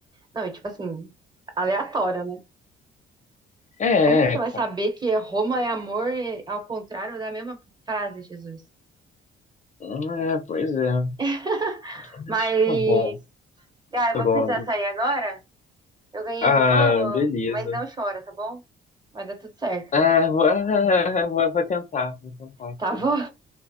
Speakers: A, on the right; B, on the left.
A: Não, e tipo assim, aleatório, né?
B: É,
A: Como que você
B: é,
A: vai saber
B: cara.
A: que é Roma é amor e ao contrário da mesma frase, Jesus?
B: É, pois é.
A: <laughs>
B: Mas
A: Mas.
B: tá bom,
A: Ah, eu
B: tá
A: vou
B: bom.
A: precisar sair agora. Eu ganhei
B: Ah,
A: de novo,
B: beleza.
A: mas não chora, tá bom? Vai dar tudo certo.
B: Ah, vou, ah, vou, vou tentar, vou tentar aqui.
A: Tá bom?